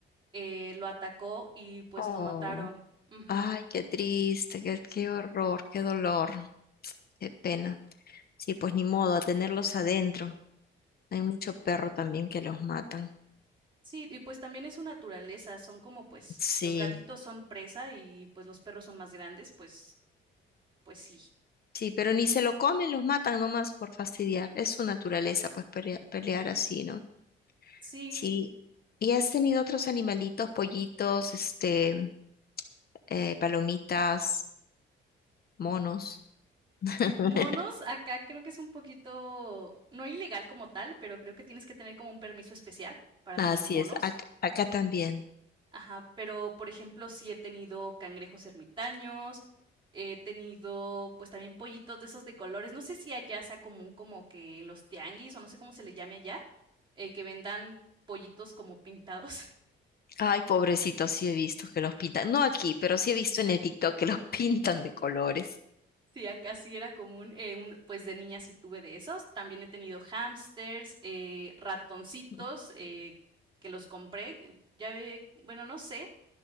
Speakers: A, on the right (about 25°); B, on the left (about 50°).
A: eh, lo atacó y pues
B: Oh.
A: lo mataron. Ujú.
B: Ay, qué triste, qué, qué horror, qué dolor, qué pena. Sí, pues ni modo, a tenerlos adentro. Hay mucho perro también que los matan.
A: Sí, y pues también es su naturaleza, son como pues
B: Sí,
A: los gatitos son presa y pues los perros son más grandes, pues pues sí.
B: sí, pero ni se lo comen, los matan nomás por fastidiar. Es su naturaleza, pues pelea- pelear, así, ¿no?
A: Sí,
B: Sí. ¿Y has tenido otros animalitos, pollitos, este, eh, palomitas, monos? <laughs>
A: Monos, acá creo que es un poquito, no ilegal como tal, pero creo que tienes que tener como un permiso especial para
B: Así
A: tener monos.
B: es, acá, acá también.
A: Ajá, pero por ejemplo, sí he tenido cangrejos ermitaños, he tenido pues también pollitos de esos de colores. No sé si allá sea común como que en los tianguis o no sé cómo se le llame allá, eh, que vendan pollitos como pintados.
B: Ay, pobrecitos, sí he visto que los pintan. No aquí, pero sí he visto en el TikTok que los <laughs> pintan de colores.
A: Sí, acá sí era común. eh, un- pues de niña sí tuve de esos. También he tenido hámsters, eh, ratoncitos
B: Ujú.
A: eh, que los compré. que Ya ve, bueno, no sé,